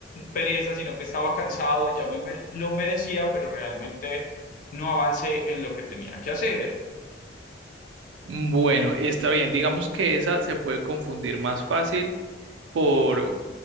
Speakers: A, on the left (about 45°); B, on the right (about 80°).
A: pereza, sino que estaba cansado y ya me, me- lo merecía, pero realmente no avancé en lo que tenía que hacer.
B: Bueno, está bien. Digamos que esa se puede confundir más fácil por,